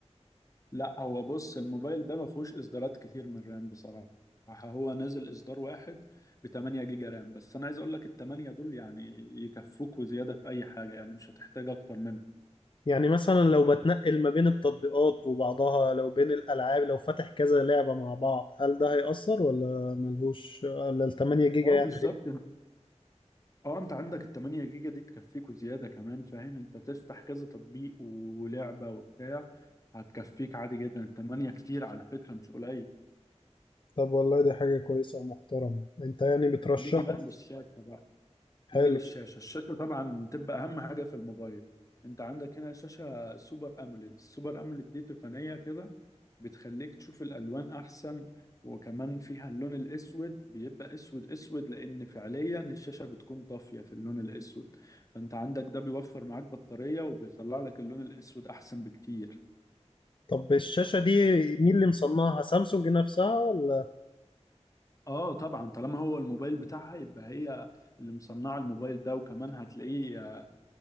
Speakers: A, on the left; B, on the left.
A: لا هو بص الموبايل ده ما فيهوش اصدارات كتير من رام بصراحة هو نازل اصدار واحد ب 8 جيجا رام بس انا عايز اقول لك ال 8 دول يعني يكفوك وزيادة في اي حاجة يعني مش هتحتاج اكتر منه
B: يعني مثلا لو بتنقل ما بين التطبيقات وبعضها لو بين الألعاب لو فاتح كذا لعبة مع بعض هل ده هيأثر ولا ملهوش ولا التمانية جيجا
A: اه
B: يعني
A: بالظبط اه انت عندك ال 8 جيجا دي تكفيك وزيادة كمان فاهم انت تفتح كذا تطبيق ولعبة وبتاع هتكفيك عادي جدا ال 8 كتير على فكرة مش قليل
B: طب والله دي حاجة كويسة ومحترمة انت يعني بترشحه
A: ونيجي بقى للشاشة بقى.
B: حلو
A: نيجي للشاشة الشاشة طبعا تبقى أهم حاجة في الموبايل أنت عندك هنا شاشة سوبر أموليد السوبر أموليد دي تقنية كده بتخليك تشوف الألوان أحسن وكمان فيها اللون الأسود بيبقى أسود أسود لأن فعليا الشاشة بتكون طافية في اللون الأسود فأنت عندك ده بيوفر معاك بطارية وبيطلع لك اللون الأسود أحسن بكتير
B: طب الشاشة دي مين اللي مصنعها سامسونج نفسها ولا
A: اه طبعا طالما هو الموبايل بتاعها يبقى هي اللي مصنعه الموبايل ده وكمان هتلاقيه